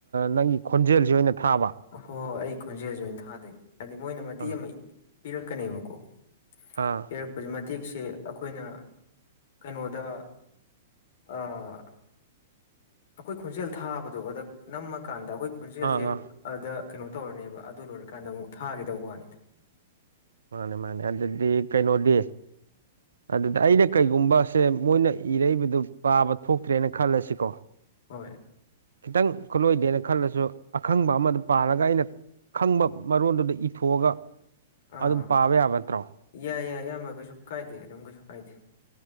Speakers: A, on the right; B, on the left.
A: ꯅꯪꯒꯤ ꯈꯣꯟꯖꯦꯜꯖꯦ ꯑꯣꯏꯅ ꯊꯥꯕ
B: ꯍꯣꯏ ꯍꯣꯏ ꯑꯩ ꯈꯣꯟꯖꯦꯜꯖꯦ ꯑꯣꯏꯅ ꯊꯥꯗꯣꯏꯅꯦ ꯍꯥꯏꯗꯤ ꯃꯣꯏꯅ ꯃꯇꯦꯛ
A: ꯑꯥ
B: ꯑꯃ ꯄꯤꯔꯛꯀꯅꯦꯕꯀꯣ
A: ꯑꯥ
B: ꯄꯤꯔꯛꯄꯖꯦ ꯃꯇꯦꯛꯁꯦ ꯑꯩꯈꯣꯏꯅ ꯀꯩꯅꯣꯗ ꯑꯥ ꯑꯈꯣꯏ ꯈꯣꯟꯖꯦꯜ ꯊꯥꯕꯗꯣ ꯑꯗ ꯅꯝꯃꯀꯥꯟꯗ ꯑꯈꯣꯏ ꯈꯣꯟꯖꯦꯜꯖꯦ
A: ꯑꯥ ꯑꯥ
B: ꯑꯗ ꯀꯩꯅꯣ ꯇꯧꯔꯅꯦꯕ ꯑꯗꯨ ꯂꯣꯏꯔꯀꯥꯟꯗ ꯑꯃꯨꯛ ꯊꯥꯒꯤꯗꯧ ꯋꯥꯅꯤꯗ
A: ꯃꯥꯅꯦ ꯃꯥꯅꯦ ꯑꯗꯨꯗꯤ ꯀꯩꯅꯣꯗꯤ ꯑꯗꯨꯗ ꯑꯩꯅ ꯀꯩꯒꯨꯝꯕ ꯁꯦ ꯃꯣꯏꯅ ꯏꯔꯛꯏꯕꯗꯨ ꯄꯥꯕ ꯊꯣꯛꯇ꯭ꯔꯦꯅ ꯈꯜꯂꯁꯤꯀꯣ
B: ꯍꯣꯏ
A: ꯈꯤꯇꯪ ꯈꯨꯠꯂꯣꯏꯗꯦꯅ ꯈꯜꯂꯖꯨ ꯑꯈꯪꯕ ꯑꯃꯗ ꯄꯥꯜꯂꯒ ꯑꯩꯅ ꯈꯪꯕ ꯃꯔꯣꯟꯗꯨꯗ ꯏꯊꯣꯛꯑꯒ
B: ꯑꯥ
A: ꯑꯗꯨꯝ ꯄꯥꯕ ꯌꯥꯕ ꯅꯠꯇ꯭ꯔꯣ
B: ꯌꯥꯏ ꯌꯥꯏ ꯏꯌꯥꯝꯕ ꯀꯩꯁꯨ ꯀꯥꯏꯗꯦ ꯑꯗꯨꯝ ꯀꯩꯁꯨ ꯀꯥꯏꯗꯦ